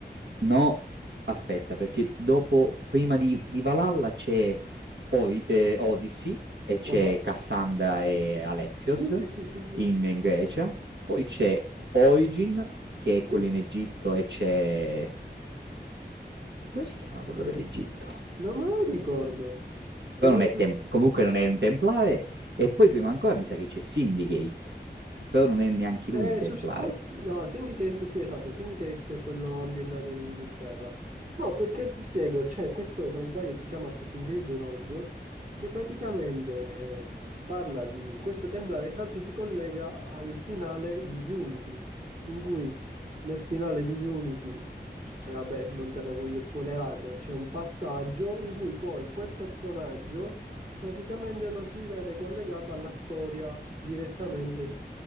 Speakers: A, on the right; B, on the right.
A: No, aspetta, perché dopo, prima di, di Valhalla c'è Ori- eh, Odyssey e c'è
B: Ah,
A: Cassandra e Alexios
B: Sì, sì, sì, sì, sì.
A: in, in Grecia, poi c'è Origin, che è quello
B: Sì?
A: in Egitto, e c'è... come si chiama quello dell'Egitto?
B: Non me lo ricordo.
A: Però
B: Dove
A: non è
B: sei?
A: tem- comunque non è un templare, e poi prima ancora mi sa che c'è Syndicate, però non è neanche
B: Eh,
A: lui un templare.
B: Social Force? No, Syndicate, sì, esatto, Syndicate è quello ambientato in Inghilterra. No, perché ti spiego, c'è questo, se non sbaglio, si chiama Assassin's Creed Rogue, che praticamente parla di questo templare, tra l'altro si collega al finale di Unity, in cui nel finale di Unity, c- cioè, vabbè, non te lo voglio spoilerare, però c'è un passaggio in cui poi quel personaggio praticamente lo si vede collegato alla storia direttamente